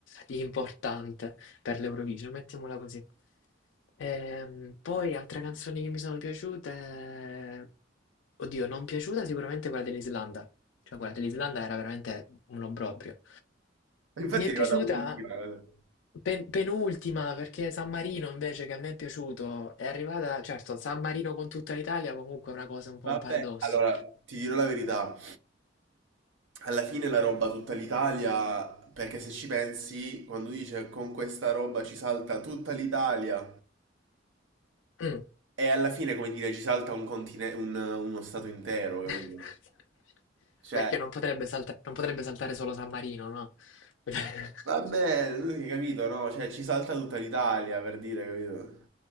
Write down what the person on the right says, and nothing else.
Infatti
è arrivata
ultima. guarda.
Vabbè,
allora ti dirò la verità. Alla fine la roba tutta l'Italia, perché se ci pensi, quando dice con questa roba ci salta tutta l'Italia,
e alla fine, come dire, ci salta un continente, uno stato intero,
capito? Cioè,
vabbè, tu hai capito, no? Cioè, ci salta tutta l'Italia, per dire, capito?